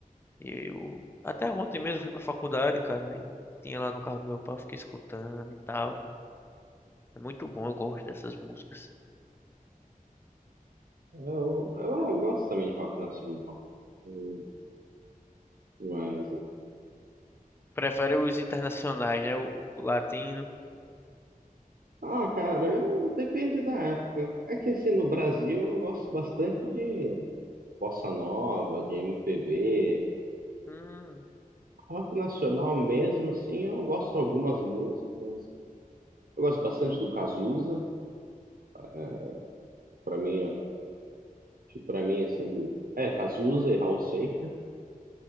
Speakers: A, on the left (about 15°); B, on the right (about 80°).
A: Eu até ontem mesmo fui pra faculdade, cara, e tinha lá no carro do meu pai, eu fiquei escutando e tal. É muito bom, eu gosto dessas músicas.
B: eu, eu, eu gosto também de rock nacional. Eu- Mas,
A: Prefere os internacionais, né? O, o latino.
B: ah, cara, eu- depende da época. É que, assim, no Brasil eu gosto bastante de bossa nova, de MPB.
A: Hum,
B: Rock nacional mesmo, assim, eu gosto de algumas músicas. Eu gosto bastante do Cazuza. É, Pra mim, Tipo, pra mim, assim, do... É, Cazuza e Raul Seixas.